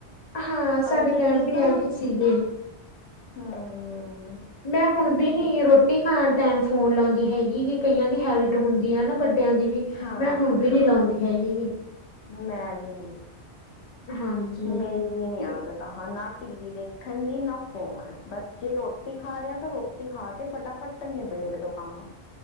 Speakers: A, on the left; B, on the left.
A: ਹਾਂ, ਸਾਡੇ
B: ਅਸੀਂ
A: ਟਾਈਮ ਵੀ
B: ਤਾਂ
A: ਐਵੇਂ ਸੀਗੇ।
B: ਹਮ।
A: ਮੈਂ ਹੁਣ ਵੀ ਨੀ
B: ਅੱਛ
A: ਰੋਟੀ ਖਾਣ ਟਾਈਮ ਫੋਨ ਲਾਉਂਦੀ ਹੈਗੀ। ਕਈਆਂ ਦੀ ਹੈਬਿਟ ਹੁੰਦੀ ਆ ਨਾ ਵ ਟਿਆਂ ਦੀ ਵੀ,
B: ਹਾਂ
A: ਮੈਂ ਹੁਣ ਵੀ ਨੀ ਲਾਉਂਦੀ ਹੈਗੀ ਆ।
B: ਮੈਂ ਵੀ ਨੀ।
A: ਹਾਂਜੀ।
B: ਮ ਏਵੀ ਨੇ
A: ਕਿ
B: ਆਦਤਾਂ ਹਾਂ ਨਾ ਟੀਵੀ ਦੇਖਨ ਦੀ, ਨਾ ਫੋਨ ਬਸ ਜੇ ਰੋਟੀ ਖਾ ਰਹੇ ਤਾਂ ਰੋ ਟੀ ਖਾ ਕੇ ਫਟਾਫਟ ਨਿਬੇੜ ਦੋ ਕੰਮ।